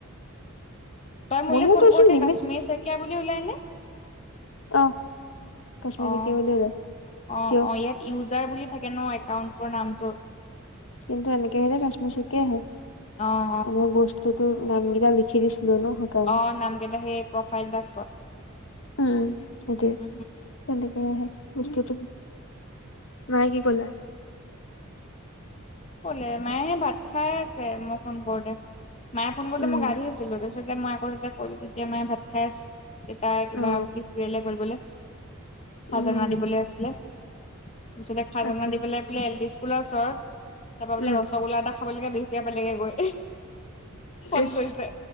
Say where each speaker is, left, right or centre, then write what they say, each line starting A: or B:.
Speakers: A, on the left; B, on the left.
A: <inaudible> তই মোলে
B: মোলেতো
A: ফোন কৰোঁতে
B: চোন লিমিট
A: কশ্মিৰ চে শইকীয়া বুলি ওলাই নে?
B: অ কশ্মিৰ
A: অ'।
B: শইকীয়া বুলি ওলাই।
A: অ
B: কিয়
A: অ ইয়াত ইউজাৰ বুলি থাকে ন একাউন্টৰ নামটো।
B: কিন্তু এনেক আহিলে কশ্মিৰ শইকীয়া আহে।
A: অঁ অঁ।
B: মই বস্তুতটো নাম কেইটা লিখি দিছিলো ন। সেইকাৰণে।
A: অ নাম কেইটা সেই প্ৰফাইল টাস্কত।
B: উম সেইটোৱেই
A: উম
B: তেনেকে আহে। <unintelligible> মায়ে কি কলে?
A: কলে মায়ে ভাত খাই আছে মই ফোন কৰোতে, মায়ে ফোন কৰোতে
B: উম,
A: মই গা ধুই আছিলোঁ ততে মই আকৌ যেতিয়া কল তেতিয়া মায়ে ভাত খাই আছো দেউতাই কিবা
B: অ।
A: বিহপুৰীয়ালে গ'ল বোলে। খাজানা
B: উম,
A: দিবলে আছিলে, তাৰপিছতে খাজানা
B: তাকে
A: দি পেলাই বোলে এল ডি স্কুলৰ ওচৰত তাপা বোলে
B: উম,
A: ৰসগোল এটা খাবালেকে বিহপুৰীয়া পালেগে গৈ। ফোন
B: ইচ
A: কৰিছে